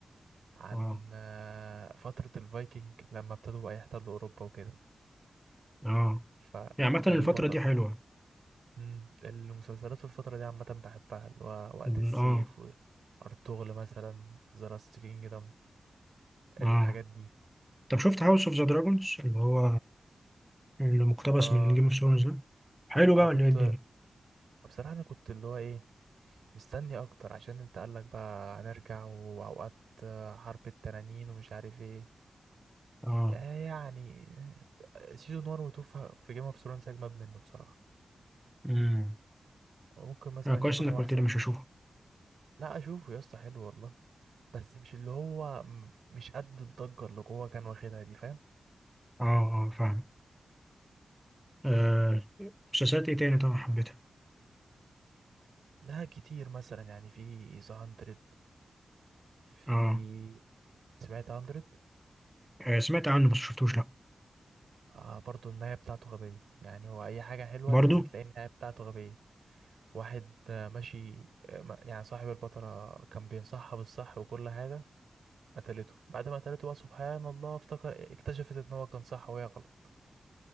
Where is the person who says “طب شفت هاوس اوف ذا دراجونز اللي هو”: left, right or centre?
Centre